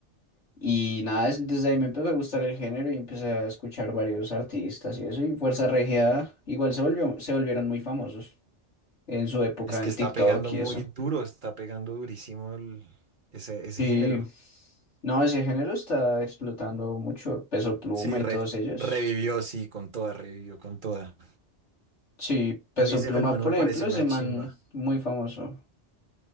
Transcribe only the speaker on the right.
Es que
está
pegando muy
duro, está pegando durísimo el- ese, ese
género.
Sí,
re-
revivió, sí, con toda, revivió con toda.
A mí ese
fenómeno
me
pareció
una
chimba.